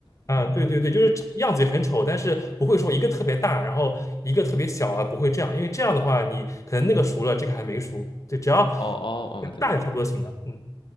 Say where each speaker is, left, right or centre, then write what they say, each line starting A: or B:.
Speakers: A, on the left; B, on the left.
A: 啊，对对对，就是样子也很丑，但是不会说一个特别大，然后一个特别小啊，不会这样，因为这样的话你可能那个熟了，这个还没熟，对，只要
B: <laughs> 哦哦哦，对对对，
A: 大小差不多行了。嗯，